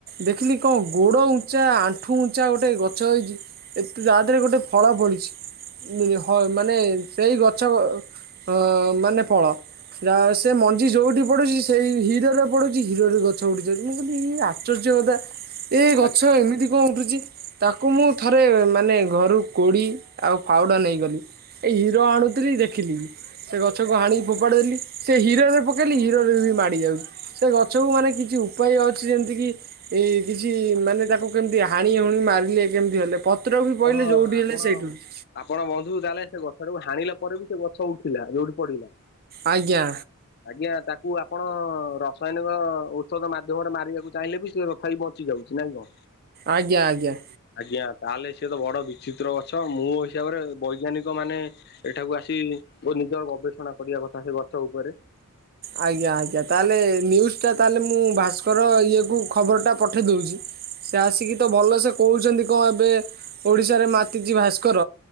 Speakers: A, on the right (about 40°); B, on the left (about 45°).
A: ଦେଖିଲି କଁ ଗୋଡ଼ ଉଞ୍ଚା, ଆଣ୍ଠୁ ଉଞ୍ଚା ଗୋଟେ ଗଛ ହେଇଛି। ଏତେ ତା ଦେହରେ ଗୋଟେ ଫଳ ପଡିଛି। ହ ମାନେ ସେଇ ଗଛ ହଁ ମାନେ ଫଳ। ଯା ସେ ମଞ୍ଜି ଯୋଉଠି ପଡୁଛି ସେଇ ହିରରେ ପଡୁଛି ହିରରେ ଗଛ ଉଡୁଛି। ଯଦି ମୁଁ କହିଲି ଇ ଆଶ୍ଚର୍ଯ୍ୟ କଦା ଏ ଗଛ
B: ଆଜ୍ଞା
A: ଏମିତି କଣ ଉଠୁଛି! ତାକୁ ମୁଁ ଥରେ ମାନେ ଘରୁ କୋଡ଼ି ଆଉ ଫାଉଡ଼ା ନେଇଗଲି। ଏ ହିର ଆଣୁଥିଲି ଦେଖିଲି। ସେ ଗଛକୁ ହାଣିକି ଫୋପାଡି ଦେେଲି ସେ ହିର ରେ ପକେଇଲି ହିରରେ ବି ମାଡି ଯାଉଛି। ସେ ଗଛ କୁ ମାନେ କିଛି ଉପ ଉପାୟ ଅଛି ଯେମିତି କି ଏ କିଛି ମାନେ ତାକୁ କେମତି ହାଣି ହୁଣି ମାରିଲେ କେମିତି ହେଲେ ପତ୍ର ବି
B: ଆପଣ
A: ପହିଲେ ଯେଉଁଠି
B: ଆପଣ
A: ହେଲେ ସେଇଠି ଉଠୁଛି।
B: ଆପଣ ବନ୍ଧୁ ତାହେଲେ ସେ ଗଛ ଟାକୁ ହାଣିଲା ପରେ ବି ସେ ଗଛ ଉଠିଲା ଯୋଉଠି ପଡିଲା?
A: ଆଜ୍ଞା
B: ଆଜ୍ଞା ତାକୁ ଆପଣ ରାସାୟନିକ ଔଷଧ ମାଧ୍ୟମରେ ମାରିବାକୁ ଚାହିଁଲେ ବି ସେ ଖଇ ବଞ୍ଚ ବଞ୍ଚିଯାଉଛି ନାଇଁ କଣ?
A: ଆଜ୍ଞା ଆଜ୍ଞା
B: ଆଜ୍ଞା ତାହେଲେ ସିଏ ତ ବଡ ବିଚିତ୍ର ଗଛ। ମୋ ହିସାବରେ ବୈଜ୍ଞାନିକ ମାନେ ଏଠାକୁ ଆସି ଓ ନିଜ ଗବେଷଣା କରିବା କଥା ସେ ଗଛ ଉପରେ।
A: ଆଜ୍ଞା ଆଜ୍ଞା ତା ହେଲେ ନ୍ୟୁଜ୍ ଟା ତା ହେଲେ ମୁଁ ଭାସ୍କର ଇଏକୁ ଖବରଟା ପଠେଇ ଦୋଉଛି। ସେ ଆସିକି ତ ଭଲସେ କହୁଛନ୍ତି କଁ ଏବେ ଓଡ଼ିଶାରେ ମାତିଛି ଭାସ୍କର।